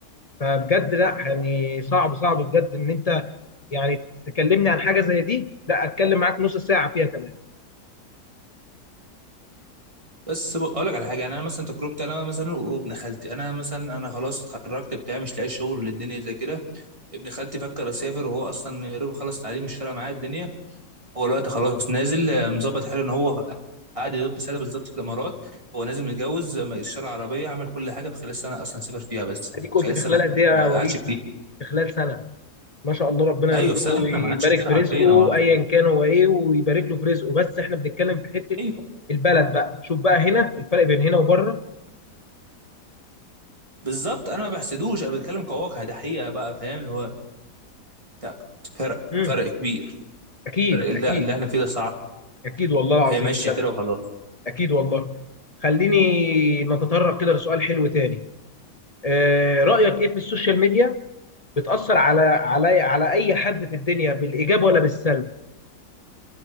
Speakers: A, on the left; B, on the right.
A: فبجد لا يعني صعب صعب بجد ان انت يعني تكلمني عن حاجه زي دي لا اتكلم معاك نص ساعه فيها كمان
B: بس ب- اقول لك على حاجه يعني انا مثلا تجربتي انا مثلا وابن خالتي انا مثلا انا خلاص اتخرجت بتاع مش لاقي شغل الدنيا زي كده ابن خالتي فكر يسافر وهو اصلا يا دوب خلص تعليم مش فارقه معاه الدنيا هو الوقت خلاص نازل آه، مظبط حاله ان هو قاعد يا دوب سنه بالظبط في الامارات هو نازل متجوز آه، اشترى عربيه عمل كل حاجه في خلال سنه اصلا سافر فيها بس
A: اديك
B: خلال
A: قلت في
B: سنه
A: خلال قد
B: مش
A: ايه يا
B: ما
A: وليد
B: قعدش كتير
A: في خلال سنه ما شاء الله ربنا
B: ايوه
A: يرزقه
B: في سنه
A: ويبارك
B: ما قعدش كتير
A: في
B: حرفيا
A: رزقه
B: هو
A: ايا كان هو ايه ويبارك له في رزقه بس احنا بنتكلم في حته
B: ايوه
A: البلد بقى شوف بقى هنا الفرق بين هنا وبره
B: بالظبط انا ما بحسدوش انا بتكلم كواقع ده حقيقه بقى فاهم اللي هو لا، فرق
A: امم
B: فرق كبير
A: اكيد
B: فرق اللي
A: اكيد
B: اللي احنا فيه ده صعب
A: اكيد والله العظيم
B: وهي ماشيه
A: بجد
B: كده وخلاص
A: اكيد والله خليني نتطرق كده لسؤال حلو تاني آه رايك ايه في السوشيال ميديا بتأثر على علي على أي حد في الدنيا بالإيجاب ولا بالسلب